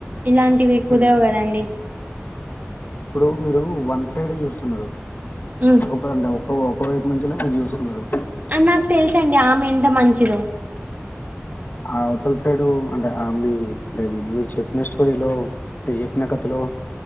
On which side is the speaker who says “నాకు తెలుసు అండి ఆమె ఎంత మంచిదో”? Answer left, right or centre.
Right